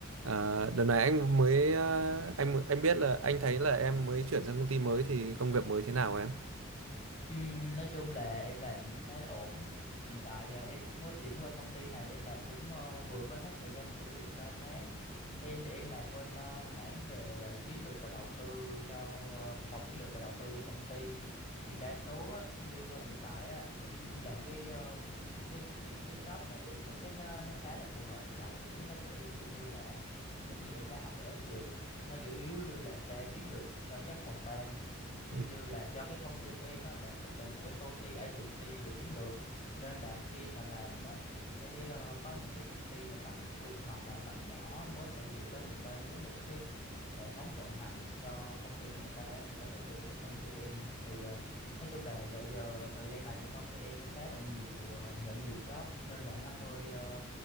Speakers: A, on the right; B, on the left.
A: À, đợt này anh mới à, anh anh biết là anh thấy là em mới chuyển sang công ty mới thì công việc mới thế nào em?
B: Ừm, nói chung là em làm cũng khá là ổn. Hiện tại ờ, em cũng mới chuyển qua công ty này, em làm cũng ờ, vừa mới hết thời gian thử việc 3 tháng. Em thì em làm bên ờ, mảng về ờ, chiến lược và đầu tư cho ờ, phòng chiến lược và đầu tư cho công ty. Thì đa số á, như hiện tại á, em em làm cái, ờm, cái cái cái cái job này thì em cảm giác nó nó khá là phù hợp với lại cái tính cách của em cũng như là những gì em đã học ở trường. Nó kiểu yếu như là ra chiến lược cho các phòng ban cũng
A: Ừ.
B: như là do cái công ty của em á bản chất là một cái công ty agency về chiến lược nên là khi mà làm á thì em sẽ ờ, có những cái công ty mà tầm trung hoặc là tầm nhỏ mới khởi nghiệp á người ta muốn một cái hệ thống vận hành cho công ty của người ta á, người ta sẽ tìm tới công ty em thì ờ, nói chung là dạo giờ thời gian này thì công ty em cũng khá là nhiều ờ, nhận nhiều job nên là nó hơi ờ,